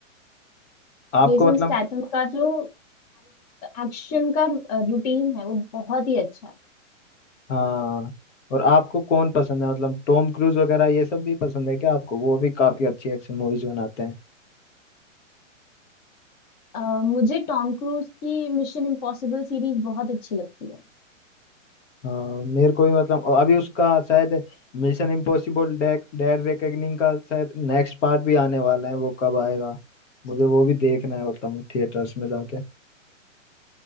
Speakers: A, on the left; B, on the left.
A: आपको
B: जेसन
A: मतलब
B: स्टैथम का जो एक्शन का रूटीन है वो बहुत ही अच्छा है
A: हाँ और आपको कौन पसंद है मतलब टॉम क्रूज वगैरह ये सब भी पसंद है क्या आपको वो भी काफी अच्छी एक्शन मूवीज बनाते हैं
B: अ, मुझे टॉम क्रूज की मिशन इम्पॉसिबल सीरीज बहुत अच्छी लगती है
A: हाँ मेरे को भी मतलब और अभी उसका शायद मिशन इम्पॉसिबल डेड रेकनिंग का शायद नेक्स्ट पार्ट भी आने वाला है वो कब आएगा मुझे वो भी देखना है मतलब थिएटर्स में जाके